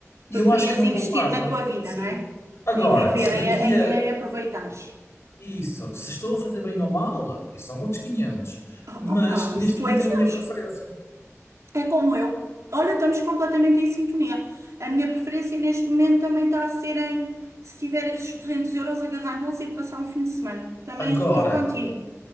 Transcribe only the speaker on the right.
Preferias
investir na tua vida,
não é?
Em viver,
em, em,
em aproveitares.
Oh,
Opa,
isso tu
é que
sabes.
É como eu. Olha, estamos completamente em sintonia. A minha preferência neste momento também está a ser em, se tiver esses 200 euros, agarrar neles e ir passar um fim de semana. Também
estou contigo.